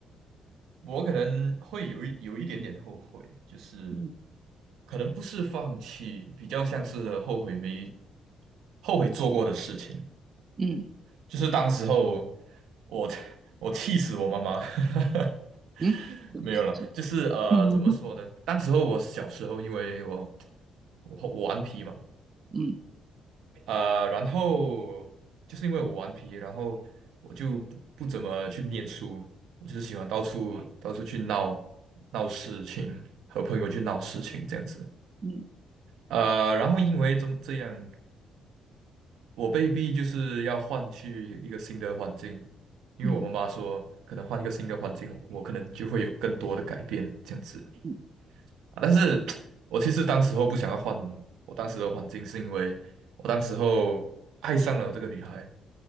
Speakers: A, on the right; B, on the right.
A: 我可能会有一有一点点后悔，就是
B: 嗯
A: 可能不是放弃，比较像是后悔没后悔做过的事情。
B: 嗯
A: 就是当时候我 <laughs> 我气死我妈妈，<laughs>
B: 嗯，是不是是不是
A: 没有了。就是呃，
B: <laughs>
A: 怎么说呢？当时候我小时候，因为我我我顽皮嘛，
B: 嗯嗯
A: 呃，然后就是因为我顽皮，然后我就不不怎么去念书，我就是喜欢到处到处去闹闹事情，和朋友去闹事情这样子。
B: 嗯
A: 呃，然后因为这么这样，我被逼就是要换去一个新的环境，因为我妈妈说，
B: 嗯
A: 可能换一个新的环境，我可能就会有更多的改变这样子
B: 嗯，
A: 啊但是 <tsk> 我其实当时候不想要换我当时的环境，是因为我当时候爱上了这个女孩。